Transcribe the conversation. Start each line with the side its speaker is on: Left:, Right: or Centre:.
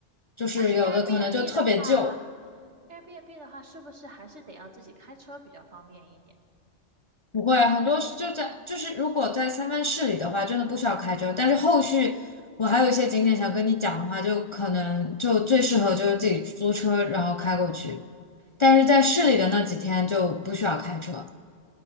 Left: 就是有的可能就特别旧，
Right: 但是 Airbnb 的话，Airbnb 的话是不是还是得要自己开车比较方便一点？
Left: 不会很多是就在就是如果在三藩市里的话，真的不需要开车，但是后续。我还有一些景点想跟你讲的话，就可能就最适合就是自己租车然后开过去，但是在市里的那几天就不需要开车。
Right: 嗯，